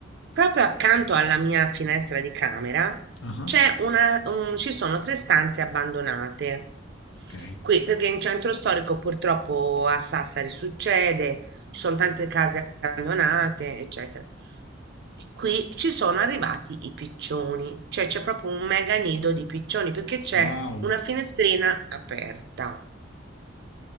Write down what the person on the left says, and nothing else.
Ah,
ok.
Wow.